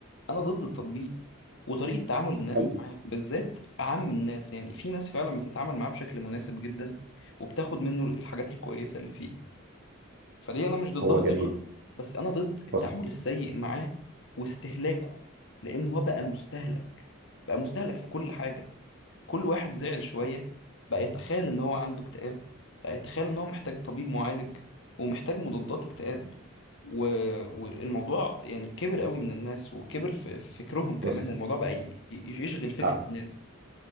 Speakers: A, on the left (about 60°); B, on the right (about 50°).
A: أنا ضد التطبيق وطريقة تعامل الناس
B: حلو
A: معاه بالذات أعم الناس يعني في ناس فعلا بتتعامل معاه بشكل مناسب جدا وبتاخد منه الحاجات الكويسة اللي فيه فدي انا مش ضدها
B: هو جميل
A: طبعا بس انا ضد التعامل
B: بص
A: السيء معاه واستهلاكه لان هو بقى مستهلك بقى مستهلك في كل حاجه كل واحد زعل شويه بقى يتخيل ان هو عنده اكتئاب بقى يتخيل ان هو محتاج طبيب معالج ومحتاج مضادات اكتئاب و... والموضوع يعني كبر قوي من الناس وكبر في... في فكرهم كمان
B: بص
A: الموضوع بقى ي... ي- يشغل فكر
B: آه.
A: الناس